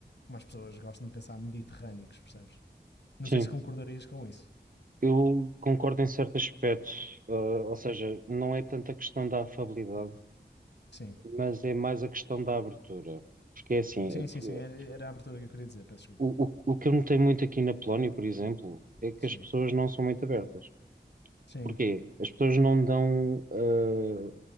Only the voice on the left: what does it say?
como as pessoas gostam de pensar, mediterrâneos, percebes? Não
sei se concordarias com isso.
Sim.
Sim,
sim, sim. Era, era a abertura que eu queria dizer, peço desculpa.
Sim.
Sim.